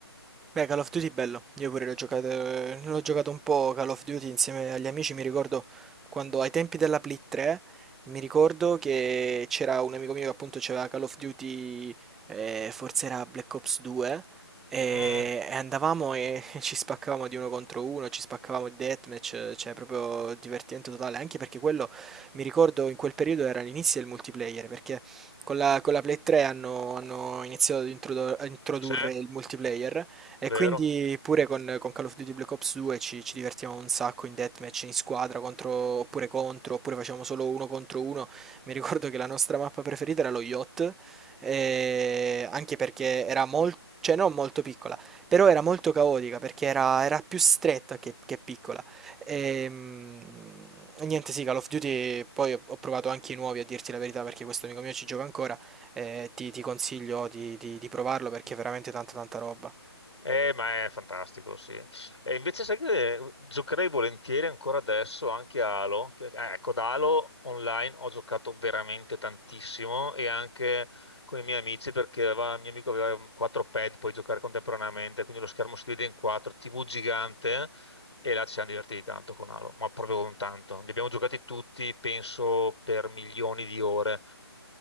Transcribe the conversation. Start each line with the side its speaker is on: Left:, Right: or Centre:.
Centre: Beh, Call of Duty bello, io pure l'ho giocato, l'ho giocato un po' Call of Duty insieme agli amici, mi ricordo quando ai tempi della Play 3, mi ricordo che c'era un amico mio che appunto c'aveva Call of Duty, eh, forse era Black Ops 2, e,
Left: Mm,
Centre: e andavamo e <laughs> ci spaccavamo di uno contro uno, ci spaccavamo di deathmatch, cioè proprio divertimento totale, anche perché quello, mi ricordo in quel periodo era l'inizio del multiplayer, perché con la, con la Play 3 hanno, hanno iniziato ad introdo- a introdurre
Left: c'è?
Centre: il multiplayer e
Left: Vero?
Centre: quindi pure con, con Call of Duty Black Ops 2 ci, ci divertiamo un sacco in deathmatch, in squadra, contro, oppure contro, oppure facciamo solo uno contro uno. Mi ricordo che la nostra mappa preferita era lo yacht, eh, anche perché era molto, cioè non molto piccola, però era molto caotica perché era, era più stretta che, che piccola. Ehm, E, niente, sì, Call of Duty, poi ho, ho provato anche i nuovi a dirti la verità perché questo amico mio ci gioca ancora, eh, ti, ti consiglio di, di di provarlo perché è veramente tanta tanta roba.
Left: Eh, ma è fantastico, sì. E invece sai che giocherei volentieri ancora adesso anche a Halo. che- eh, ecco, ad Halo online ho giocato veramente tantissimo e anche con i miei amici perché aveva- il mio amico aveva quattro pad, puoi giocare contemporaneamente, quindi lo schermo si divide in quattro, TV gigante e là ci siamo divertiti tanto con Halo, ma proprio con tanto. Li abbiamo giocati tutti, penso, per milioni di ore.